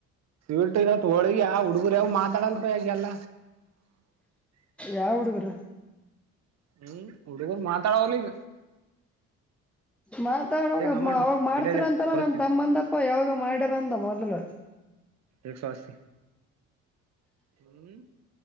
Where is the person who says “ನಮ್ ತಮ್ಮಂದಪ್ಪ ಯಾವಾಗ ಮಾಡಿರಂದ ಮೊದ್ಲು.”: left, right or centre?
Centre